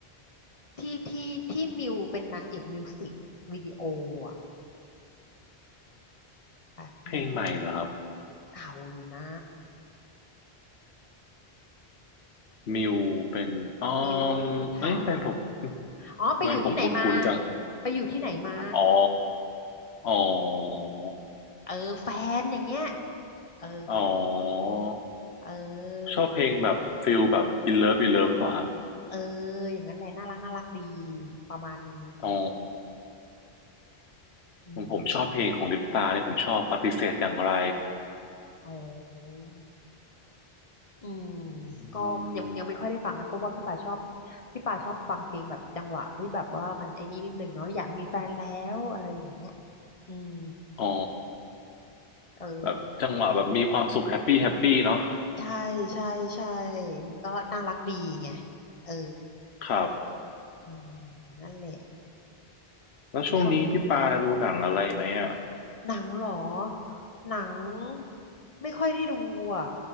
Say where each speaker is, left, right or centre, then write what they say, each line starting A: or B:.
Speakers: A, on the left; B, on the left.
A: ที่ที่ที่มิวเป็นนางเอกมิวสิกวิดีโออ่ะแป๊บหนึ่ง
B: เพลงใหม่เหรอครับ
A: เก่าอยู่นะ
B: มิวเป็นอ๋อมเอ้ยทำไมผม
A: มิวมิวนิษฐาอ๋อไปอยู่ที่ไหนมา
B: ทำไมผมคุ้นๆจัง
A: ไปอยู่ที่ไหนมา
B: อ๋ออ๋อ
A: เออแฟนอย่างเงี้ยเออ
B: อ๋อ
A: เอ
B: ชอบเพลงแบบฟิลแบบ
A: อ
B: In Love In Love หรือเปล่าครับ
A: เอออย่างนั้นแหละน่ารักน่ารักดีประมาณนี้
B: อ๋อ
A: อืม
B: ผมผมชอบเพลงของลิปตาที่ผมชอบปฏิเสธอย่างไร
A: อ๋ออืม
B: อืม
A: ก็ยังยังไม่ค่อยได้ฟังนะเพราะว่าพี่ป่าชอบพี่ป่าชอบฟังเพลงแบบจังหวะที่แบบว่ามันไอ้นี่นิดหนึ่งเนาะอยากมีแฟนแล้วอะไรอย่างเงี้ยอืม
B: อ๋อ
A: เออ
B: แบบจังหวะแบบมีความสุขแฮปปี้แฮปปี้เนาะ
A: ใช่ใช่ใช่มันก็น่ารักดีไงเออ
B: ครับ
A: อืมนั่นแหละ
B: แล้วช่วงนี้พี่ปาดูหนังอะไรไหมอ่ะ
A: นี่เขาหนังเหรอหนังไม่ค่อยได้ดูอ่ะ